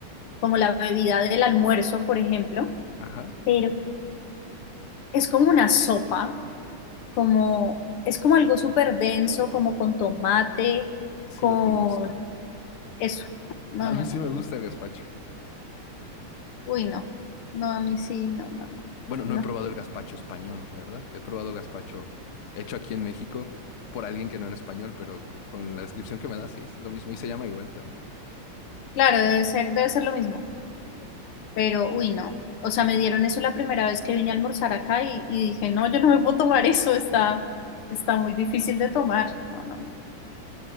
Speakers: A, on the left; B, on the left.
A: como la bebida del almuerzo, por ejemplo,
B: Ajá,
A: pero es como una sopa, como, es como algo súper denso, como con tomate,
B: sí, sí
A: con
B: lo conozco.
A: eso. No,
B: A
A: no,
B: mí sí
A: no.
B: me gusta el gazpacho.
A: Uy, no. No, a mí sí, no, no, no.
B: Bueno, no
A: No.
B: he probado el gazpacho español, ¿verdad? He probado gazpacho hecho aquí en México por alguien que no era español, pero co- con la descripción que me das, sí es lo mismo y se llama igual también.
A: Claro, debe ser, debe ser lo mismo. Pero, uy, no. O sea, me dieron eso la primera vez que vine a almorzar acá y, y dije, no, yo no me puedo tomar eso, está, está muy difícil de tomar. No, no, no.